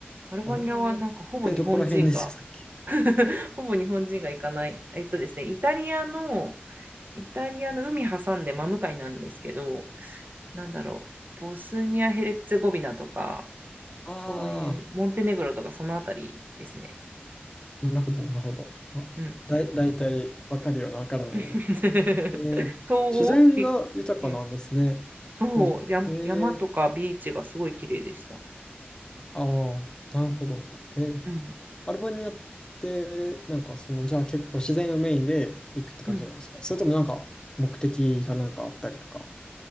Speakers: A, on the right; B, on the left.
A: アルバニアはなんかほぼ日本人が
B: アルバニアってどこら辺でしたっけ
A: <laughs> ほぼ日本人が行かない。えっとですね、イタリアの、イタリアの海挟んで真向かいなんですけど、なんだろう、ボスニア・ヘレッツェゴビナとか、
B: あ
A: そういう、モンテネグロとかそのあたりですね。
B: あー、なるほど、なるほど。あ、
A: うんうん。
B: だい、だいたいわかるような、わからないような。
A: <laughs>
B: えー、
A: 東欧、
B: 自然が豊かなんですね。
A: ひうん、そう、
B: なんか、
A: や、
B: え
A: 山とかビーチがすごい綺麗でした。
B: ー、ああ、なるほど。えー、
A: うん。
B: アルバニアって、なんかその、じゃあ結構自然をメインで行くって感じなんですかそれともなんか目的がなんかあったりとか。
A: うん。